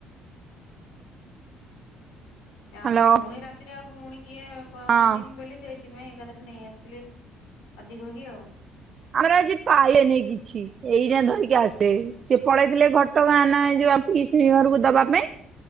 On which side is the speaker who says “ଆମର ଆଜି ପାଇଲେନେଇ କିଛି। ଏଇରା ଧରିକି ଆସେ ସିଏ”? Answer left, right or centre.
Right